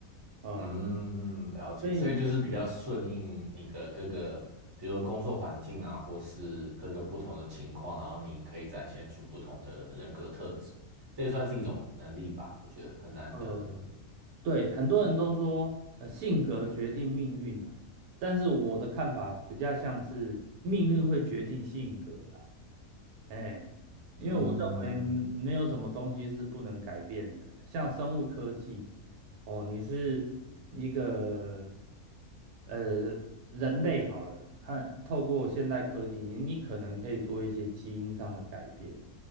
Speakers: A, on the right (about 80°); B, on the right (about 30°).
A: 嗯，
B: 嗯，了解，
A: 所以
B: 所以就是比较顺应你的各个，比如说工作环境啊，或是各个不同的情况，然后你可以展现出不同的人格特质，这也算是一种能力吧，我觉得很难得的能力。
A: 呃。对，很多人都说，呃，性格决定命运啊，但是我的看法比较像是命运会决定性格啦，哎，因为我认为嗯没有什么东西是不能改变的，
B: 嗯，
A: 像生物科技，哦，你是一个呃人类好了，看透过现代科技，你你可能可以做一些基因上的改变，